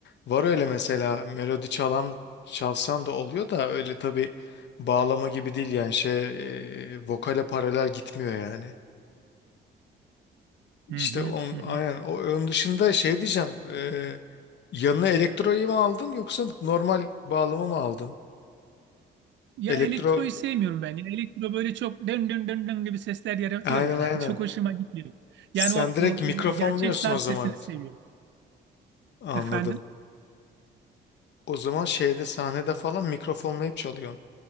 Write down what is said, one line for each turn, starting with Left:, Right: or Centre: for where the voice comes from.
Left: Var öyle mesela melodi çalan çalsam da oluyor da öyle tabii bağlama gibi değil yani şey e, vokale paralel gitmiyor yani.
Right: Hı
Left: İşte
Right: hı,
Left: on,
Right: hı hı.
Left: aynen o ön dışında şey diyeceğim Yanına elektroyu mu aldın yoksa normal bağlama mı aldın?
Right: Ya
Left: Elektro
Right: elektroyu sevmiyorum ben. Ya elektro böyle çok dön dön dön dön gibi sesler yaratıyor
Left: aynen
Right: ya.
Left: aynen.
Right: <laughs> Çok hoşuma gitmiyor.
Left: Sen
Right: Yani o,
Left: direkt
Right: o
Left: mikrofonluyorsun
Right: gerçek saz
Left: o zaman.
Right: sesini seviyorum.
Left: Anladım.
Right: Efendim?
Left: O zaman şeyde sahnede falan mikrofonlayıp çalıyorsun.